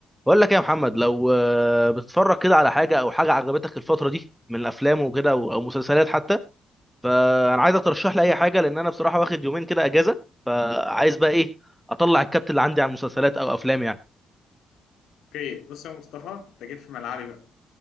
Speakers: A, in the centre; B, on the left (about 85°).
A: بقول لك ايه يا محمد لو آه، بتتفرج كده على حاجه او حاجه عجبتك الفتره دي من الافلام وكده او أو مسلسلات حتى فانا عايزك ترشح لي اي حاجه لان انا بصراحه واخد يومين كده اجازه فعايز بقى ايه اطلع الكبت اللي عندي على المسلسلات او افلام يعني
B: اوكي بص يا مصطفى انت جيت في ملعبي بقى